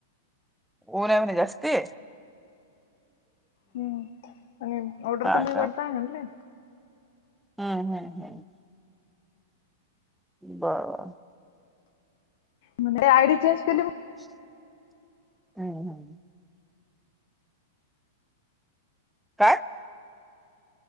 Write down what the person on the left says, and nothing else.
हम्म आणि ऑर्डर
पण निवडताय
म्हणले.
म्हणे आयडी चेंज केली